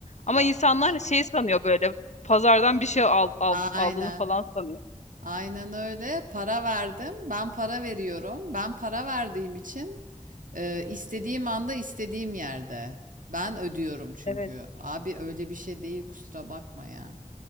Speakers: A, on the left (about 60°); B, on the right (about 85°).
A: Ama
B: ya
A: insanlar
B: işte.
A: şey sanıyor böyle Pazardan bir şey al, al-
B: Aynen.
A: aldığını falan sanıyor.
B: Aynen öyle. Para verdim. Ben para veriyorum. Ben para verdiğim için e, istediğim anda istediğim yerde. Ben ödüyorum çünkü.
A: Evet.
B: Abi öyle bir şey değil kusura bakma ya.